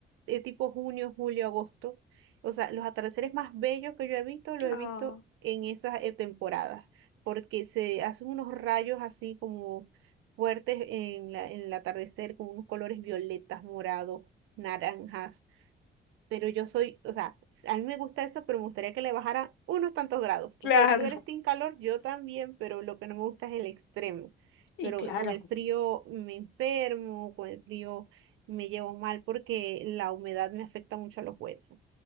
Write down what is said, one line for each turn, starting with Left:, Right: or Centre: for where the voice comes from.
Right: de tipo junio, julio, agosto. O sea, los atardeceres más bellos que yo he visto, los
Left: ah,
Right: he visto en esas eh, temporadas, porque se hacen unos rayos así como fuertes en la, en el atardecer, con unos colores violetas, morados, naranjas pero yo soy, o sea, a mí me gusta eso, pero me gustaría que le bajara unos tantos grados. Entonces,
Left: claro.
Right: tú eres team calor, yo también, pero lo que no me gusta es el extremo.
Left: Y
Right: Pero
Left: claro.
Right: con el frío me enfermo, con el frío me llevo mal porque la humedad me afecta mucho a los huesos,